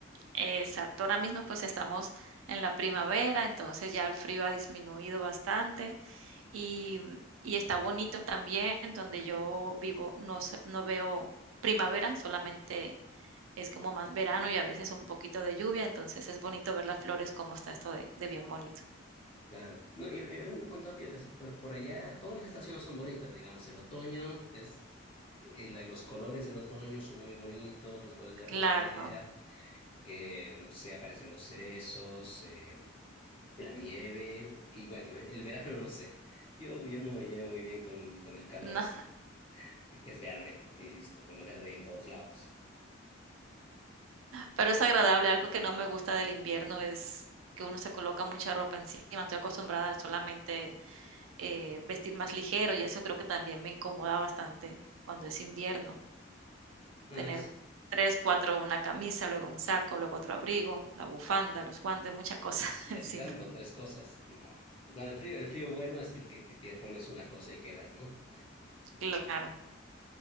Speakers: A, on the right (about 80°); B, on the left (about 30°).
A: exacto. Ahora mismo pues estamos en la primavera, entonces ya el frío ha disminuido bastante y, y está bonito también donde yo vivo, no, se- no veo primavera, solamente es como más verano y a veces un poquito de lluvia, entonces es bonito ver las flores, cómo está esto de, de bien bonito.
B: Claro. No, y eh, a mí me han contado que hace por, por allá todas las estaciones son bonitas, digamos. El otoño es eh, la- los colores del otoño son muy bonitos, los colores de la
A: Claro.
B: primavera, que no sé, aparecen los cerezos, eh, la nieve, y bueno, el verano <laughs> no sé. Yo, yo no me llevo muy bien con, con el calor,
A: No,
B: así que es verde, y listo, bueno, verde ahí en todos lados.
A: Pero es agradable, algo que no me gusta del invierno es que uno se coloca mucha ropa encima, estoy acostumbrada a solamente eh, vestir más ligero y eso creo que también me incomoda bastante cuando es invierno,
B: Ah,
A: tener
B: sí.
A: tres, cuatro, una camisa, luego un saco, luego otro abrigo, la bufanda, los guantes, muchas cosas
B: Y
A: <laughs> encima.
B: así tanto, tres cosas, no. Bueno, el frío, el frío bueno es el que que te pones una cosa y quedas, ¿no?
A: Claro.